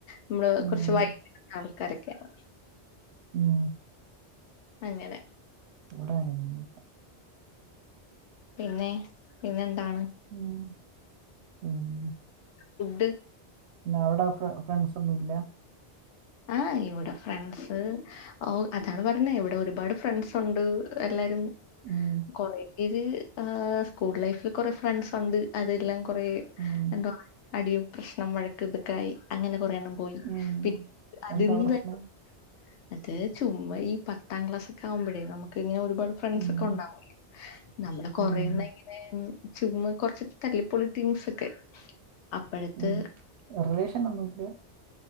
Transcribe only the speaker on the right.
ഉം.
ഉം
കൂടായിനിപ്പം
ഉം. പിന്നെ
പിന്നെ അവിടെ ഫ്രണ്ട്സ് ഒന്നും ഇല്ല
ഉം.
ഉം.
ഉം.
എന്താ പ്രശ്നം
ഉം.
ഉം.
ഉം. റിലേഷൻ ഒന്നുല്ല